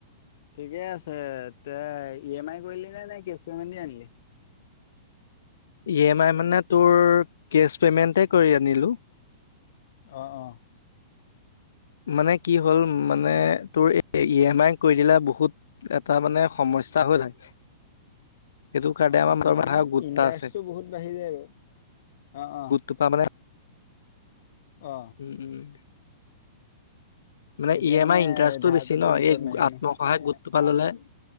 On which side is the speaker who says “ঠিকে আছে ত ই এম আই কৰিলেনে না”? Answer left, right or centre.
Left